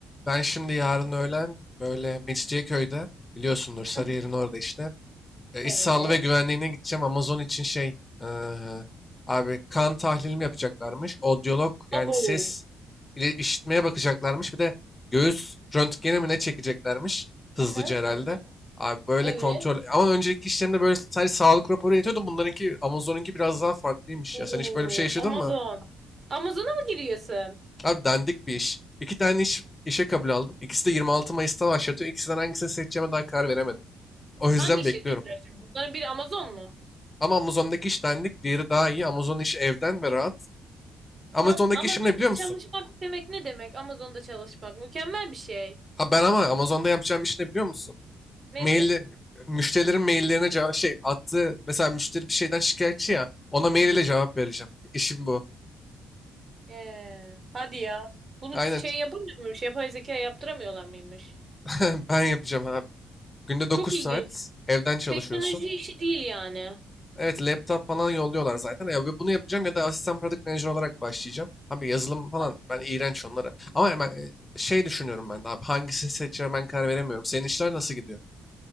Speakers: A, on the left; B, on the right.
A: Ben şimdi yarın öğlen böyle Mecidiyeköy'de biliyorsundur Sarıyer'in
B: Hı hı.
A: orada işte. E,
B: Evet.
A: iş sağlığı ve güvenliğine gideceğim. Amazon için şey e, abi kan tahlilimi yapacaklarmış. Odyolog yani
B: Abo.
A: ses ile işitmeye bakacaklarmış. Bir de göğüs röntgeni mi ne çekeceklermiş hızlıca
B: Hı hı,
A: herhalde.
B: hı hı.
A: Abi böyle
B: Evet.
A: kontrol. Ama önceki işlerinde böyle sadece sağlık raporu yetiyordu. Bunlarınki Amazon'unki biraz daha farklıymış
B: Oo,
A: ya. Sen hiç böyle bir şey yaşadın
B: Amazon.
A: mı?
B: Amazon'a mı giriyorsun?
A: Abi dandik bir iş. İki tane iş, işe kabul aldım. İkisi de 26 Mayıs'ta başlatıyor. İkisinden hangisini seçeceğime daha karar veremedim. O yüzden
B: Hangi
A: bekliyorum.
B: şirketler şimdi? Bunların biri Amazon mu?
A: Ama Amazon'daki iş dandik. Diğeri daha iyi. Amazon işi evden ve rahat. Amazon'daki
B: Lan Amazon
A: işim ne biliyor musun?
B: çalışmak demek ne demek? Amazon'da çalışmak mükemmel bir şey.
A: Ha ben ama Amazon'da yapacağım iş ne biliyor musun?
B: Nedir?
A: Mail, müşterilerin maillerine cevap şey attığı mesela müşteri bir şeyden şikayetçi ya ona mail ile cevap vereceğim. İşim bu.
B: Ee, hadi ya. Bunu
A: Aynen
B: şey yapamıyor muymuş? Yapay zeka yaptıramıyorlar mıymış?
A: <laughs> ben yapacağım abi. Günde 9
B: Çok ilginç.
A: saat evden çalışıyorsun.
B: Teknoloji işi değil yani.
A: Evet laptop falan yolluyorlar zaten. Ya ve bunu yapacağım ya da asistan product manager olarak başlayacağım. Abi yazılım falan
B: Tamam.
A: ben iğrenç onlara. Ama hemen e, şey düşünüyorum ben de abi hangisini seçeceğime ben karar veremiyorum. Senin işler nasıl gidiyor?